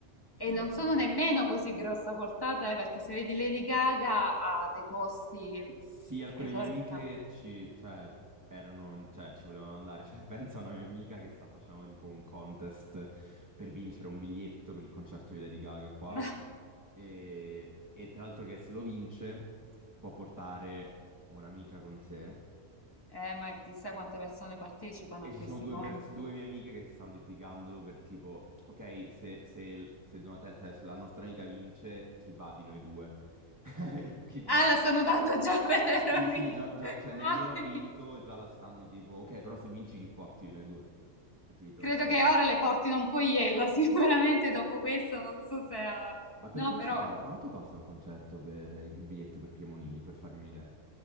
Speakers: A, on the left; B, on the right.
A: E
B: Eh,
A: non sono nemmeno così grossa portata, eh, perché se vedi Lady Gaga ha dei costi
B: sì, alcune
A: esorbitanti.
B: mie amiche ci... cioè, erano... cioè, ci volevano andare. Cioè, <laughs> pensa a una mia amica che sta facendo tipo un contest per vincere un biglietto per il concerto di Lady Gaga qua.
A: <laughs>
B: E, e tra l'altro che se lo vince può portare un'amica con sé.
A: Eh, ma chissà quante persone partecipano
B: E
A: a
B: ci
A: questi
B: sono due,
A: contest.
B: pers- due mie amiche che si stanno litigando per tipo, ok, se, se, se Donatella, cioè se la nostra amica vince, chi va di noi due? <laughs> Quindi,
A: Ah, la stanno dando già <laughs> per
B: sì,
A: amici.
B: sì, già, già- cioè nemmeno
A: Ah,
B: ha
A: che-
B: vinto e già la stanno tipo, ok, però se vinci chi porti di noi due? Capito?
A: credo
B: Eh.
A: che ora le portino un po' iella, <laughs> sicuramente dopo questo non so se... ah,
B: Ma per
A: No,
B: curiosità,
A: però
B: quanto costa un concerto per il biglietto per Cremonini, per farmi un'idea?